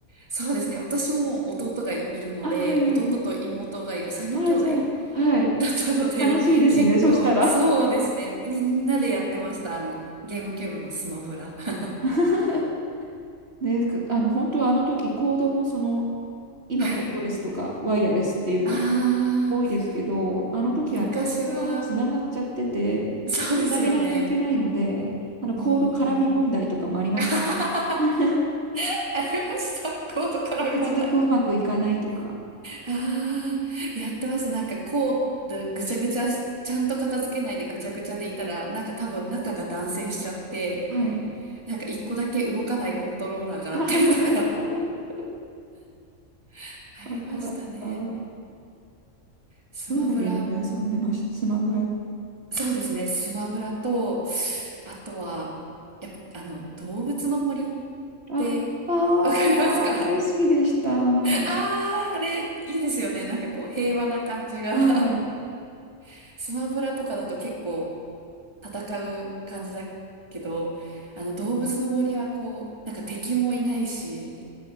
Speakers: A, on the right; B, on the right.
A: そうですね。私も弟がいるので、
B: あ、はいはい。
A: 弟と妹がいる3人兄弟
B: あ、じゃあ、はい。
A: だったので、
B: 楽しいですね。
A: 結構、
B: そしたら。
A: そうですね。みんなでやってました。あの、ゲームキューブのスマブラ。<laughs>
B: <laughs> で、くあの、本当はあの時コードもその、今コードレスとかワイヤレスっていうの
A: はい。あ
B: 多いですけど、
A: あ、
B: あの時あのコードはもうつながっちゃってて、
A: 昔は、そうですよね。
B: つなげないといけないので、あのコード絡み問題とかもありました。
A: うんうん。<laughs> あはははは
B: <laughs>
A: <laughs> ありました。コード絡み問題。
B: 接続うまくいかないとか。
A: ああ、やってました。なんかこうぐちゃぐちゃ、ちゃんと片付けないでぐちゃぐちゃでいたら、なんか多分中が断線しちゃって、
B: はい。
A: なんか一個だけ動かないコントローラーがあったりとか、
B: <laughs>
A: <laughs> ありましたね。
B: あったあった。
A: スマブラ。
B: どんなゲームで遊んでましたスマブラ。
A: そうですね。スマブラと、あとは、やっぱ、あの、動物の森っ
B: あ、
A: て、
B: ああ、
A: わかりますか
B: 大好きでした。
A: <laughs> あ
B: は
A: あ、あれ、いいですよね。なんかこう、平和な感じが。
B: い。
A: <laughs> スマブラとかだと結構、戦う感じだけど、あの動物の森はこう、なんか敵もいないし、